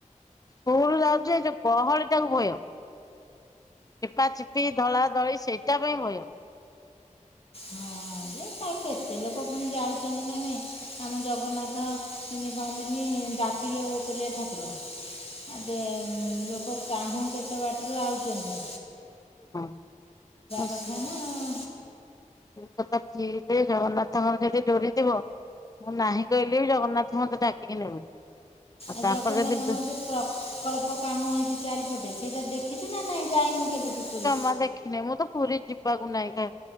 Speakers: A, on the left; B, on the left.
A: କୁଲୁ ଯାଉଚି ଏ ଯୋଉ ଗହଳି ତାକୁ ଭୟ। ଚିପା ଚିପି ଧଳା ଧଳି ସେଇଟା ପାଇଁ ଭୟ।
B: ହଁ ଯେ ତା କେତେ ଲୋକ ପୁଣି ଯାଉଛନ୍ତି ନା ନାଇଁ ଆମେ ଜଗନ୍ନା ଥ <unintelligible> ନ୍ତିନି ଡାକିଲେ ଓ କରିଆ ଠାକୁର।
A: ହ
B: ଆ ଦେ ଉଁ ଲୋକ କାହୁଁ କେତେ ବାଟରୁ ଆଉଚନ୍ତି।
A: ହଁ ଆ
B: କଥା
A: ସରି।
B: ନା ଆଉ
A: ଏ କଥା ଠି ଯେ ଜଗନ୍ନାଥଙ୍କର ଯେଦି ଡୋରିଥିବ ମୁଁ ନାହିଁ କହିଲି ବି ଜଗନ୍ନାଥ ମୋତେ ଡାକିକି ନେବେ। ଆଉ
B: ଆ
A: ତାଙ୍କର
B: ଜଗନ୍ନାଥଙ୍କର
A: ଯଦି
B: ଯୋ ପ୍ରକଳ୍ପ କାମ ହେଇଚି ଚାରିପଟେ ସେଇଟା ଦେ ଖିଚୁ ନା ନାଇଁ ଯାଇନୁ କେବେଠୁ ପୁରୀ?
A: ନା ଦେଖିନି ମୁଁ ତ ପୁରୀ ଯିବାକୁ ନାଇଁ କାଁ